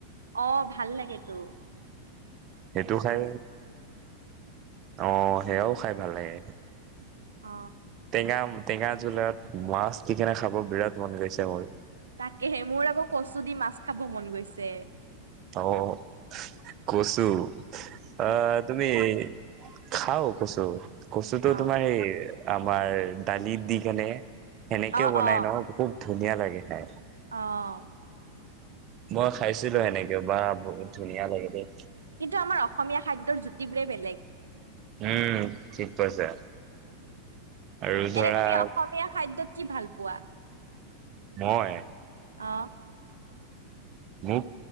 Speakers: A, on the right; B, on the right.
A: অ', ভাল লাগেটো।
B: সেইটো খাই অ', সেয়াও খাই ভাল লাগে,
A: অ
B: টেঙাম টেঙা জুলত মাছ দি কিনে খাব বিৰাট মন গৈছে মোৰ।
A: তাকেহে মোৰ আকৌ কচু দি মাছ খাব মন গৈছে।
B: অ', কচু। অ', তুমি খাওঁ কচু। কচুটো
A: অ',
B: তোমাৰ সেই আমাৰ দালিত দি কেনে সেনেকেও
A: অ'।
B: বনাই নহ খুব ধুনীয়া লাগে খাই।
A: অ'।
B: মই খাইছিলোঁ সেনেকেও বা বহুত ধুনীয়া লাগিল দেই।
A: কিন্তু আমাৰ অসমীয়া খাদ্যৰ জুতিবোৰেই বেলেগ।
B: উম, ঠিক কৈছা। আৰু ধৰা
A: এনে তুমি অসমীয়া খাদ্যত কি ভাল পোৱা?
B: মই
A: অ'।
B: মোক